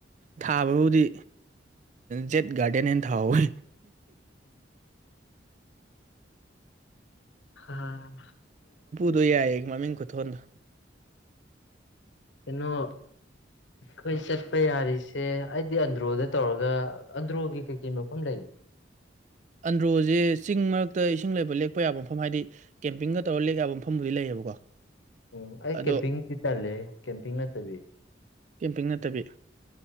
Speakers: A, on the right; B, on the left.
A: ꯊꯥꯕꯕꯨꯗꯤ ꯖꯦꯠ ꯒꯥꯔꯗꯦꯟꯅ ꯊꯥꯎꯋꯦ
B: ꯍ
A: ꯑꯗꯨꯣ ꯌꯥꯏꯌꯦꯦ ꯃꯃꯤꯡ ꯈꯨꯊꯣꯟꯗꯣ
B: ꯀꯩꯅꯣ ꯑꯩꯈꯣꯏ ꯆꯠꯄ ꯌꯥꯔꯤꯁꯦ ꯑꯩꯗꯤ ꯑꯟꯗ꯭ꯔꯣꯗ ꯇꯧꯔꯒ ꯑꯟꯗ꯭ꯔꯣꯒꯤ ꯀꯩ ꯀꯩ ꯃꯐꯝ ꯂꯩꯒꯦ
A: ꯑꯟꯗ꯭ꯔꯣꯁꯦ ꯆꯤꯡ ꯃꯔꯛꯇ ꯏꯁꯤꯡ ꯂꯩꯕ ꯂꯦꯛꯄ ꯌꯥꯕ ꯃꯐꯝ ꯍꯥꯏꯗꯤ ꯀꯦꯝꯄꯤꯡꯒ ꯇꯧꯔꯒ ꯂꯦꯛ ꯌꯥꯕ ꯃꯐꯝꯕꯨꯗꯤ ꯂꯩꯌꯦꯕꯀꯣ
B: ꯎꯝ ꯑꯩ
A: ꯑꯗꯣ
B: ꯀꯦꯝꯄꯤꯡꯗꯤ ꯆꯜꯂꯦ ꯀꯦꯝꯄꯤꯡ ꯅꯠꯇꯕꯤ
A: ꯀꯦꯝꯄꯤꯡ ꯅꯠꯇꯕꯤ